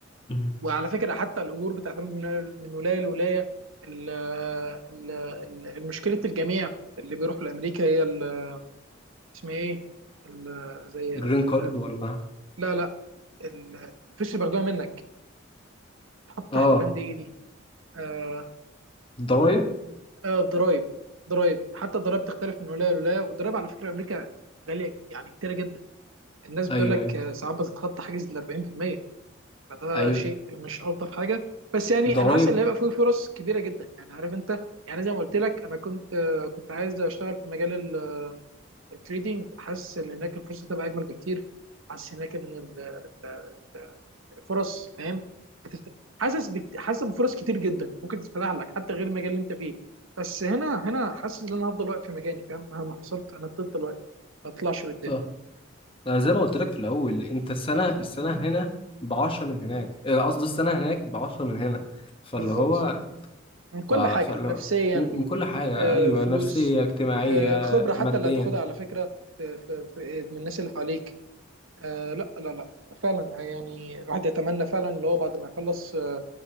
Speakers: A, on the left; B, on the right.
A: مهم.
B: وعلى فكره حتى الاجور بتعتمد من من ولايه لولايه ال- ال- ال- المشكله الجميع اللي بيروحوا لامريكا هي ال- اسمها ايه ال- زي
A: الجرين
B: ال-
A: كارد ولا
B: لا لا ال- الفلوس اللي بياخدوها منك تحط تحت
A: اه
B: بند ايه دي آه،
A: ضرايب
B: آه، ضرايب ضرايب حتى الضرايب تختلف من ولايه لولايه والضرايب على فكره امريكا غاليه يعني كتيره جدا الناس بتقول
A: ايوه
B: لك
A: ايوه
B: آه، ساعات بتتخطى حاجز ال 40% فده
A: ايوه
B: شيء مش الطف حاجه بس يعني
A: ضرايب
B: انا حاسس ان هيبقى فيه فرص كبيره جدا يعني عارف انت يعني زي ما قلت لك انا كنت آه، كنت عايز اشتغل في مجال ال- التريدينج حاسس ان هناك الفرصه تبقى اجمل بكتير حاسس هناك ان ال- ال- فرص فاهم هتفتح حاسس بك... حاسس بفرص كتير جدا ممكن تتفتح لك حتى غير المجال اللي انت فيه بس هنا هنا حاسس ان انا هفضل واقف في مكاني فاهم مهما حصلت انا هفضل واقف ما اطلعش لقدام
A: صح انا زي ما قلت لك في الاول انت السنه السنه هنا ب 10 من هناك آه، قصدي السنه هناك ب 10 من هنا فاللي
B: بالظبط
A: هو
B: من كل
A: ف... فاللي
B: حاجه نفسيا
A: هو من كل حاجة
B: آه،
A: أيوة
B: فلوس
A: نفسية اجتماعية
B: آه، الخبره حتى
A: ماديا
B: اللي هتاخدها على فكره في في في من الناس اللي حواليك آه، لا لا لا فعلا يعني الواحد يتمنى فعلا اللي هو بعد ما يخلص آه،